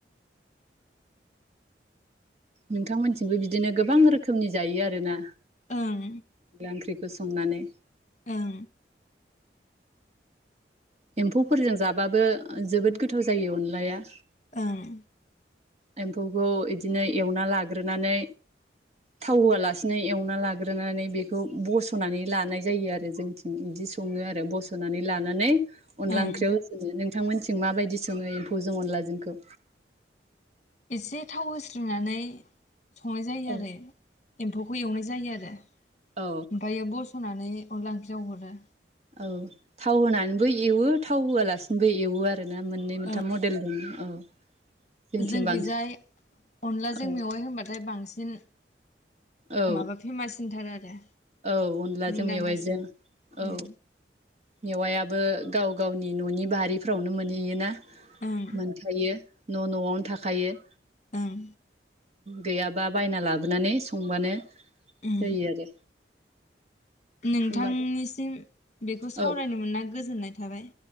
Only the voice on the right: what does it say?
नोंथांमोनथिंबो बिदिनो गोबां रोखोमनि जायो आरो ना
<unintelligible> संनानै
एम्फौफोरजों जाबाबो जोबोद गोथाव जायो अनलाया
एम्फौखौ इदिनो एवना लाग्रोनानै थाव होआलासिनो एवना लाग्रोनानै बेखौ बसनानै लानाय जायो आरो जोंथिं बिदि सङो आरो बसनानै लानानै अनला
ओंख्रियाव होसनो नों नोंथांमोनसिं माबायदि सोङो एम्फौ जों अनलाजोंखौ?
औ
औ
औ थाव होनानैबो एवो थाव होआलासिनोबो एवो आ आरोना मोननै मोनथाम
मडेल दं औ जोंथिं
बांसिन
औ
औ
औ अनलाजों
मेवाइजों औ
मेवायाबो गाव गावनि ननि बारिफ्रावनो मोनहैयोना
मोनखायो न नआवनो थाखायो
गैयाबा बायना लाबोनानै संबानो
जायो आरो
होमबाथ'
औ